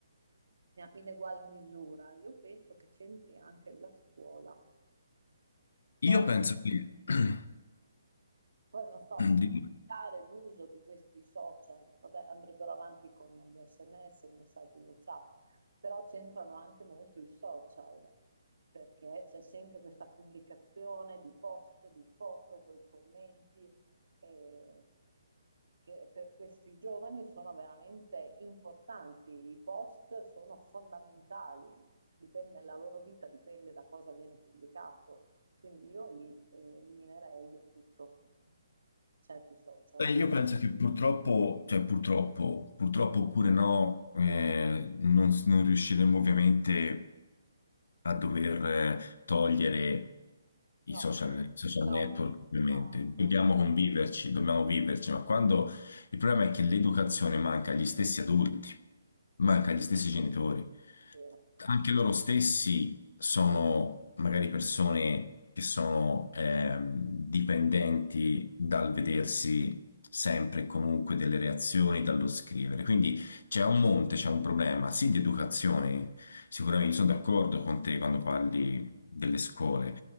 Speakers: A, on the right (about 90°); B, on the left (about 70°).
A: in egual misura? Io penso che c'entri anche la scuola.
B: Io
A: Poi
B: penso che... <clears throat>
A: Poi non so, limitare
B: Dimmi.
A: l'uso di questi social, vabbè, andrebbero avanti con gli SMS, i messaggi WhatsApp, però c'entrano anche molto i social, perché c'è sempre questa pubblicazione di post, di foto, con i commenti, eh, che per questi giovani sono veramente importanti. I post sono fondamentali, dipende, la loro vita dipende da cosa viene pubblicato. Quindi io li eh, eliminerei del tutto certi social.
B: Beh, io penso che purtroppo, cioè purtroppo, purtroppo oppure no, eh, non, non riusciremo ovviamente a dover eh, togliere
A: No,
B: i social,
A: <laughs>
B: i social
A: no,
B: network, ovviamente.
A: no, assolutamente
B: Dobbiamo conviverci, dobbiamo viverci, ma quando il problema è che l'educazione manca agli stessi adulti, manca agli stessi genitori,
A: vero.
B: anche loro stessi sono magari persone che sono ehm, dipendenti dal vedersi sempre e comunque delle reazioni, dallo scrivere. Quindi c'è un monte, c'è un problema, sì, di educazione. Sicuramente sono d'accordo con te quando parli delle scuole.